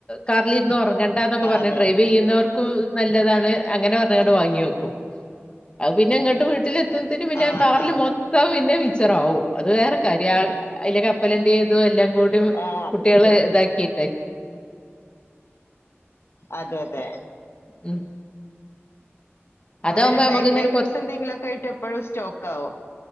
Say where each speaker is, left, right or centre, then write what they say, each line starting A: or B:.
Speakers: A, on the left; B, on the left.
A: കാറിലിരുന്ന് ഒറങ്ങേണ്ടാന്നൊക്കെ
B: ആ,
A: പറഞ്ഞ്
B: അതെ
A: ഡ്രൈവിയ്യുന്നവർക്കും നല്ലതാണ്. അങ്ങനെ പറഞ്ഞങ്ങട്ട് വാങ്ങി വെക്കും. അത് പിന്നെ ഇങ്ങട്ടും വീട്ടില് ത്തുംമത്തിനും പിന്നെയാ
B: ആ
A: കാറില്
B: ആ
A: മൊത്തം പിന്നെ മിച്ചറാവും. അത് വേറെ കാര്യം. ആഹ് അയിലെ കപ്പലണ്ടീ ഇതു എല്ലാംകൂടിം
B: ആ അത്
A: കുട്ടികള്
B: ശരിയാ
A: ഇതാക്കിട്ടേയ്
B: അതെ അതെ.
A: ഉം അതാവുമ്പോ
B: നമ്മളൊര്
A: നമുക്ക്
B: ബേക്കറി
A: ഇങ്ങനെ
B: ഐറ്റംസ്
A: കൊറ
B: എന്തേങ്കിലൊക്കെ ആയിട്ട് എപ്പഴും സ്റ്റോക്ക് ആവും